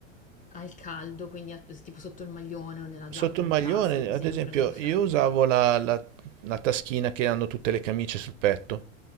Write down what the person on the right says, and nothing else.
Sotto
un
maglione,
ad esempio,
io usavo la, la la taschina che hanno tutte le camicie sul petto.